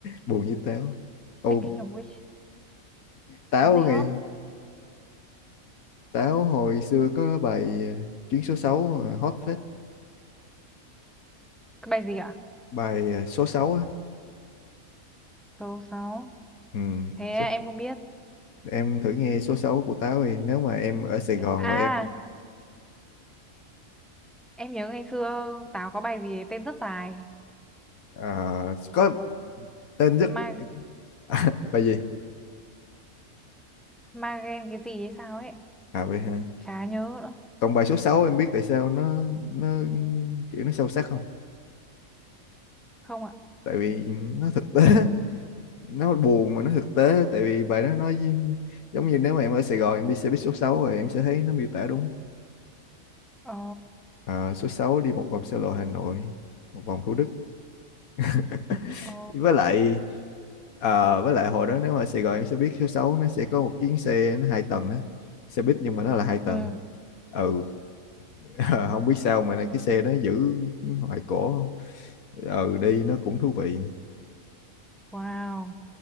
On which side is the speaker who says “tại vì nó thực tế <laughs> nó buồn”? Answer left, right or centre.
Left